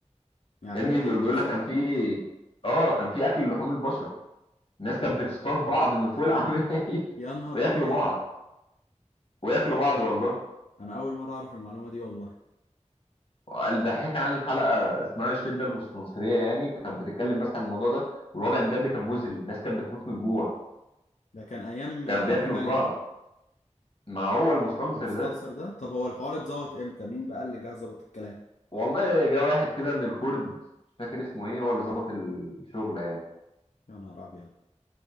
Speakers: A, on the left; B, on the left.
A: يعني
B: يا
A: الحاجات
B: ابني
A: دي
B: بي-
A: متوثقة
B: بيقول لك كان في اه كان في اكل لحوم البشر الناس كانت بتصطاد بعض من فوق العمايل
A: يا
B: <laughs>
A: نهار
B: وياكلوا
A: ابيض
B: بعض وياكلوا بعض والله
A: انا اول مرة اعرف المعلومة دي والله
B: الدحيح كان عامل حلقه اسمها الشده المستنصريه يعني كانت بتتكلم بس عن الموضوع ده والوضع بجد كان مزري الناس كانت بتموت من الجوع
A: ده كان ايام آه،
B: كانوا بياكلوا
A: انهي ملك
B: في بعض ما هو المستنصر
A: مستنصر
B: ده
A: ده طب هو الحوار اتظبط امتى مين بقى اللي جه ظبط الكلام
B: والله جه واحد كده من الكرد مش فاكر اسمه ايه هو اللي ظبط الشغل يعني
A: يا نهار ابيض